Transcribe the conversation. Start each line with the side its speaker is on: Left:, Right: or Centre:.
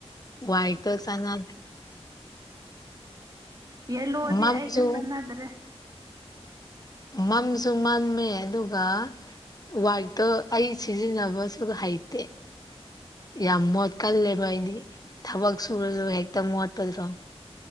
Left: ꯋꯥꯏꯇ ꯆꯥꯟꯅꯗꯦ
Right: ꯌꯦꯂꯣꯗꯤ
Left: ꯃꯝꯁꯨ
Right: ꯑꯩꯒ ꯆꯥꯟꯅꯗ꯭ꯔꯦ
Left: ꯃꯝꯁꯨ ꯃꯝꯃꯦ ꯑꯗꯨꯒ ꯋꯥꯏꯇꯣ ꯑꯩ ꯁꯤꯖꯤꯟꯅꯕꯁꯨ ꯍꯩꯇꯦ ꯌꯥꯝ ꯃꯣꯠꯀꯜꯂꯦꯕ ꯑꯩꯗꯤ ꯊꯕꯛ ꯁꯨꯔꯁꯨ ꯍꯦꯛꯇ ꯃꯣꯠꯄꯗ ꯁ